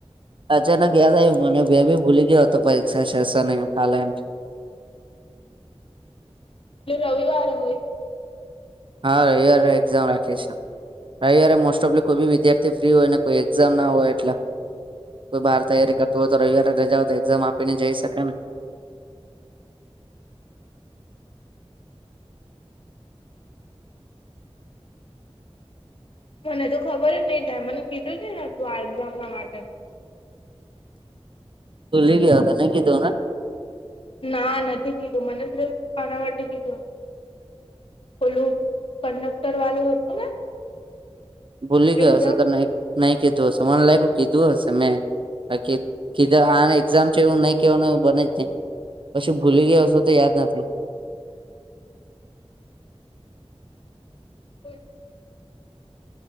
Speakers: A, on the right; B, on the left.
A: અચાનક યાદ આયું મને બે ભી ભૂલી ગયો હતો પરીક્ષા છે શનિ કાલેમ.
B: એટલે રવિવારે હોય.
A: હા રવિવારે એક્ઝામ રાખી છે. રવિવારે મોસ્ટ ઓફલી કોઈ બી વિદ્યાર્થી ફ્રી હોયને કોઈ એક્ઝામ ના હોય એટલ. કોઈ બાર તૈયારી કરતું હોય તો રવિવારે રજા હોય તો એક્ઝામ આપી ને જઈ શકે ને.
B: મને તો ખબર જ નહી તા મને કીધું છે ને તું આ એક્ઝામ ના માટે.
A: ભૂલી ગ્યાતા નહી કીધો ના.
B: ના નથી કીધું મને શ્રીફ આના માટે કીધું હતું. ઓલું કંડક્ટર વાલું હતું ને.
A: ભૂલી ગયો
B: એક્ઝામ
A: હશે તો ન નહી કીધું હશે મને લાગ્યું કીધું હશે મેં. હ કી કીધા આન એક્ઝામ છે એવું નહી કેવાનું એ બને જ નહી. પછી ભૂલી ગયા હશો તો યાદ નથી.
B: એ છે.